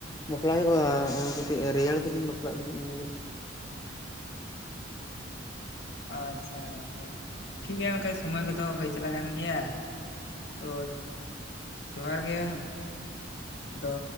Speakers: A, on the left (about 20°); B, on the left (about 60°).
A: ᱵᱟᱯᱞᱟᱜ ᱦᱩᱭᱩᱜᱼᱟ, ᱠᱟᱹᱴᱤᱡ ᱨᱮᱭᱟᱲ ᱫᱤᱱᱤᱧ ᱵᱟᱯᱞᱟᱜ ᱞᱟᱹᱜᱤᱫ ᱢᱚᱱᱮ ᱮᱫᱟ
B: ᱟᱪᱪᱷᱟ ᱜᱚᱢᱠᱮ ᱴᱷᱤᱠ ᱜᱮᱭᱟ ᱜᱚᱢᱠᱮ ᱥᱚᱢᱚᱭ ᱠᱚᱫᱚ ᱦᱳᱭ ᱪᱟᱞᱟᱜ ᱠᱟᱱ ᱜᱮᱭᱟ᱾ ᱛᱚ ᱡᱚᱦᱟᱨ ᱜᱮ ᱫᱚ